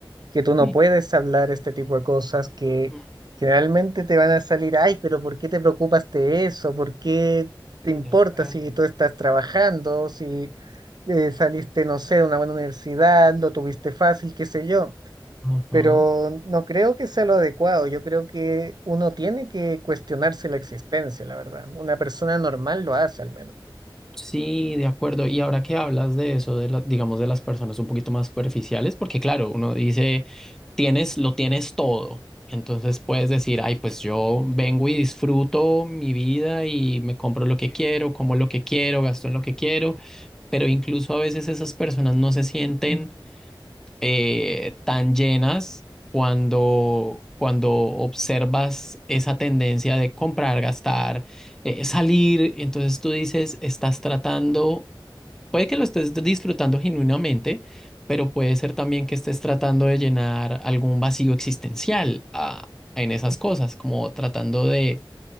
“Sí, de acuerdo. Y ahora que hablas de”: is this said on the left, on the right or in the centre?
Centre